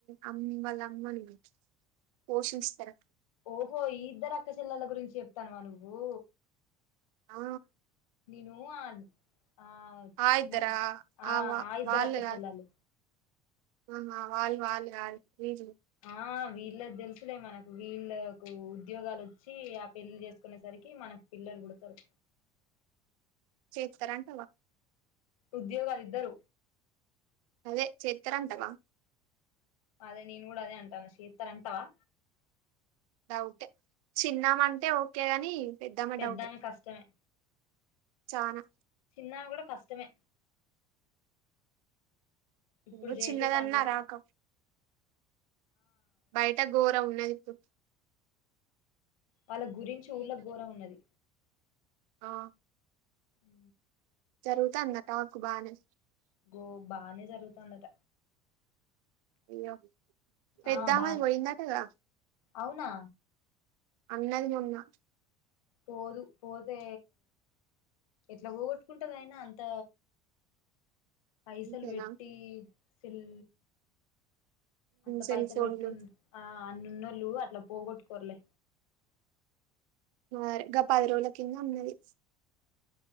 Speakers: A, on the right (about 70°); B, on the left (about 80°).
A: అమ్మల అమ్మని పోషిస్తారు అ
B: ఓహో ఈ ఇద్దరు అక్కచల్లల గురించి చెప్తానువా నువ్వు
A: ఆ
B: నేను ను ఆ
A: ఆ ఇద్దరా
B: న ఆ
A: వా
B: ఆ ఇద్దరు
A: వాళ్ళు
B: అక్క
A: కాదు
B: చెెల్లు
A: ఆహా వాల్ వాాల ఆాల రజ
B: ఆ వీళ్ళ తెలుసులే మనకు వీళ్ళలకు ఉద్యోగాలు వచ్చి ఆ పెళ్ళిి చేసుకునే సరికి మనకు పిల్లలు పుడతారు
A: చేస్తారా అంటావా
B: ఉద్యోగాలు ఇద్దరు
A: అదే చేేతర అంటవా
B: అదే నేను కూడా అదే అంటాను శీతర్ అంటావా
A: డౌటే చిన్నామ అంటే ఓకే ని పెద్దామా
B: పెద్దామె
A: డౌటే
B: కష్టమే
A: చనా
B: చిన్నామె కూడా కష్టమే ఇప్పుడు
A: నువ్వు
B: చేసే
A: చిన్నదన్నా
B: పండ్లకి
A: రాక బయట ఘోర ఉన్నదిప్పు
B: వాళ్ళ గురించి ఊళ్ళ ఘోరం ఉన్నది
A: ఆ
B: ఉ
A: జరుగుతాంద టాకు బాగానే
B: బ బానే జరుగుతుందట
A: అయ్యో పెద్దామని
B: ఆ బా
A: పోయిందటగా
B: అవునా
A: అన్నదిని ఉన్నా
B: పోదు పోతే ఎట్లా పోగొట్టుకుంటది అయినా అంత పైసలు
A: అంతేనా
B: పెట్టి సిల్ అంత
A: సెల్
B: పైసలు
A: ఫోన్లు
B: పెట్టుం ఆ నున్నళ్లుు అట్లా పోగొట్టుకోరలే
A: మరి గ పది రోజుల కింద ఉన్నది